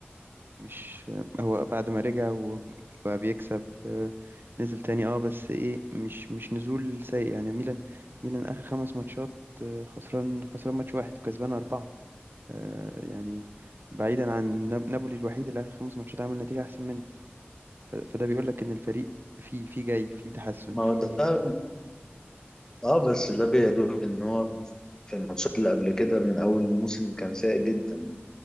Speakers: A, on the right (about 55°); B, on the left (about 15°).
A: مش هو بعد ما رجع وبقى بيكسب آه، نزل تاني اه بس ايه مش مش نزول سيء يعني ميلان ميلان اخر خمس ماتشات آه، خسران خسران ماتش واحد وكسبان اربعة آه، يعني بعيدا عن ناب- نابولي الوحيد اللي اخر خمس ماتشات عامل نتيجة احسن منه ف- فده بيقول لك ان الفريق في في جاي في تحسن
B: ما
A: في
B: هو ده اه بس ده بيدل ان هو في الماتشات اللي قبل كده من اول الموسم كان سيء جدا